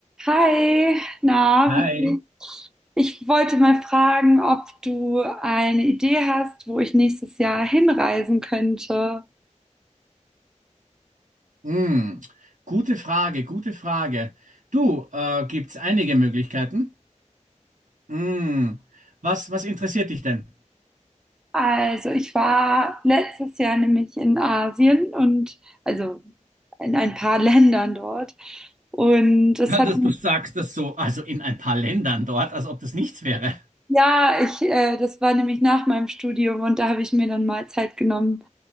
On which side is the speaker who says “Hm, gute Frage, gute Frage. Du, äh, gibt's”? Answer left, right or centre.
Right